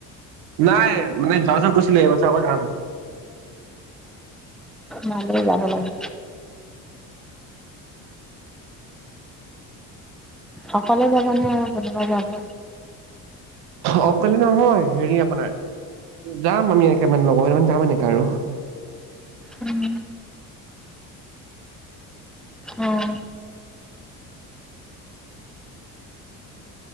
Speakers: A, on the right; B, in the centre.
A: নাই মানে যোৱাবছৰ গৈছিলে এইবছৰ আকৌ যাম।
B: ভালে যাব লাগে অকলে যাব নে আৰু কোনোবাই যাব।
A: অকলে নহয় হেৰি আপোনাৰ যাম আমি এনেকে মানে লগৰ কান যাম এনেকাে আৰু।
B: উম উম